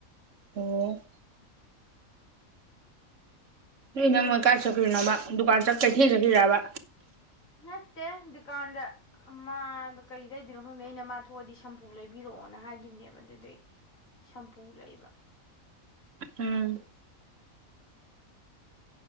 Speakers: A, on the right; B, on the left.
A: ꯑꯣ ꯅ ꯅ ꯃꯣꯏ ꯀꯥꯏꯆꯈ꯭ꯔꯤꯅꯣꯕ ꯗꯨꯀꯥꯟ ꯆꯠ ꯀꯩ ꯊꯦꯡꯖꯈꯤꯕ
B: ꯅꯠꯇꯦ ꯗꯨꯀꯥꯟꯗ ꯃꯥꯗ ꯀꯔꯤ ꯂꯩꯗꯣꯏꯅꯣ ꯈꯪꯗꯦ ꯑꯩꯅ ꯃꯥ ꯊꯣꯛꯑꯗꯤ ꯁꯝꯄꯨ ꯂꯩꯕꯤꯔꯛꯑꯣꯅ ꯍꯥꯏꯒꯤꯈꯤꯕꯅꯦꯕ ꯑꯗꯨꯗꯩ ꯁꯝꯄꯨ ꯂꯩꯕ
A: ꯎꯝ